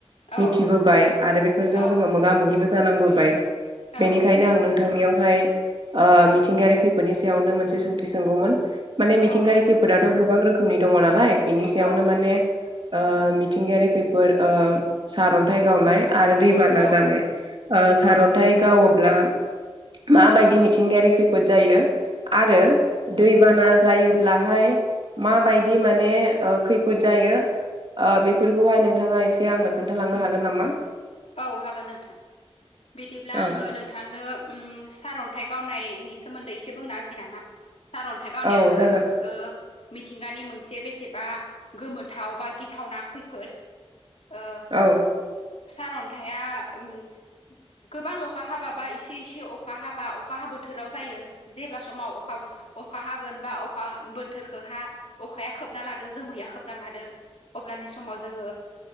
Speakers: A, on the left (about 85°); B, on the right (about 50°).
A: औ
B: मिथिबोबाय आरो बेफोरजों
A: औ
B: जोङो मोगा मोगिबो जानांबोबाय
A: औ
B: बेनिखायनो आं नों थांनियावहाय मिथिंगायारि खैफोदनि सायावनो मोनसे सोंथि सोंगौमोन माने मिथिंगायारि
A: औ नोंथां
B: खैफोदथ गोबां रोखोमनि दङ नालाय बिनि सायावनो
A: औ
B: माने ओ मिथिंगायारि खैफोद ओ सारन्थाइ गावनाय आरो दैबाना
A: औ
B: जानाय ओ सारन्थाइ
A: औ
B: गावोब्ला माबायदि मिथिंगायारि खैफोद जायो आरो दैबाना जायोब्लाहाय माबायदि माने ओ खैफोद जायो ओ बेफोरखौहाय नोंथाङा एसे आंनो खोन्थालांनो हागोन नामा
A: औ हागोन नोंथां बिदिब्ला
B: औ
A: आङो नोंथांनो उम सारअन्थाइ गावनायनि सोमोन्दै एसे बुंनाहोनोसै नामा सारअन्थाइ गावनायाबो
B: औ जागोन
A: ओ मिथिंगानि मोनसे बेसेबा गोमोथाव बा गिथावना खैफोद ओ
B: औ
A: सारअन्थाया उम गोबां अखा हाबाबा एसे एसे अखा हाबा अखा बोथोराव जायो जेब्ला समाव अखा बो अखा हागोन बा अखा बोथोरखौ हा अखाया खोबना लादो जोमैया खोबना लादो अब्लानि समाव जोङो